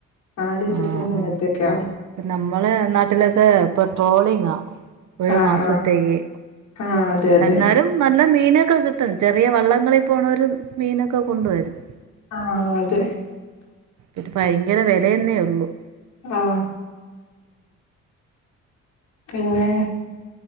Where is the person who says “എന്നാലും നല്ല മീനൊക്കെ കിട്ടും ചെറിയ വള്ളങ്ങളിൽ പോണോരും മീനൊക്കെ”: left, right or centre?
Right